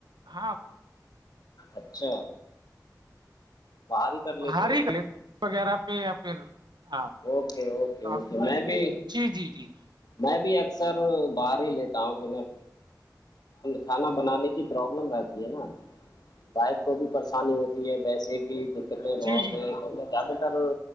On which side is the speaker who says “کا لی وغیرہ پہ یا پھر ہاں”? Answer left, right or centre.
Right